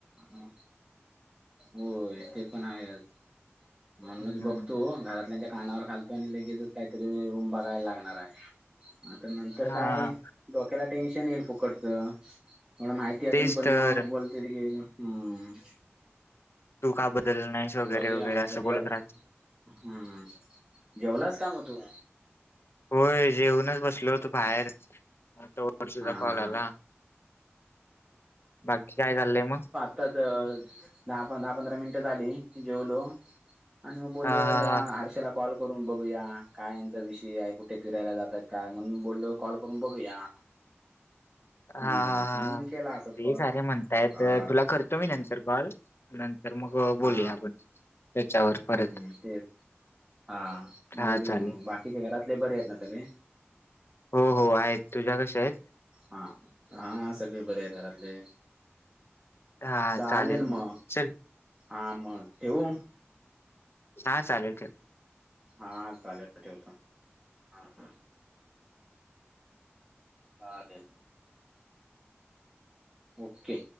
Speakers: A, on the right; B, on the left.
A: अ होय ते पण आहेच. म्हणूनच
B: हम्म
A: बघतो घरातल्याच्या कानावर घालतो आणि लगेचच काहीतरी रूम बघायला लागणार आहे आता नंतर
B: हा
A: काय. डोक्याला टेन्शन येईल फुकटच एवढं माहिती असून
B: तेच
A: पण
B: तर
A: मग बोलतेत की. हम्म.
B: तू का बदलल नाहीस वगैरे
A: बघूया
B: वगैरे
A: मग
B: असं
A: जे
B: बोलत राहतील.
A: हम्म. हा. जेवलास का मग तू?
B: होय, जेवूनच बसलो होतो बाहेर वर्षाचा
A: हा
B: कॉल
A: हा
B: आला,
A: हा
B: बाकी काय चाललंय मग.
A: आताच दहा, दहा पंधरा, मिनिटं झाली जेवलो. आणि म बोललो
B: हा हा
A: जरा
B: हा
A: आरशेला कॉल करून बघूया काय यांचा विषय आहे कुठे फिरायला जाताय काय म्हणून बोललो कॉल करून बघूया.
B: हा.
A: हम्म म्हणून
B: ह, ह,
A: केला असच
B: ते
A: कॉल
B: सारे म्हणतायत
A: हा
B: तुला करतो मी नंतर कॉल. नंतर मग
A: हा
B: बोलूया आपण. त्याच्यावर परत
A: हम्म तेच हा
B: हा
A: बोलूया
B: चालेल.
A: मग बाकीचे घरातले बरे आहेत ना सगळे?
B: हो हो आहेत तुझ्या कशे आहेत?
A: हा हा सगळे बरे आहे घरातले.
B: हा
A: चालेल म
B: चल
A: हा मग ठेवू?
B: हा चालेल ठेव.
A: हा चालेल ठेवतो हा हा. हा देन ओके.